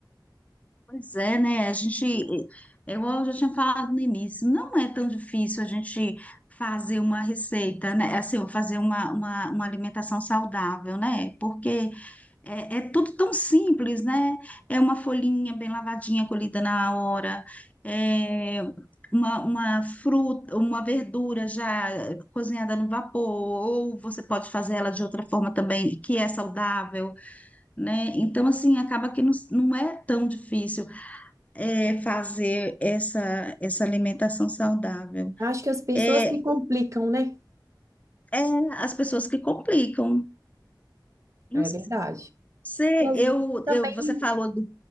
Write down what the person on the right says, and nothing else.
Acho que as pessoas
que complicam, né?
É
verdade.
E, às-
e também,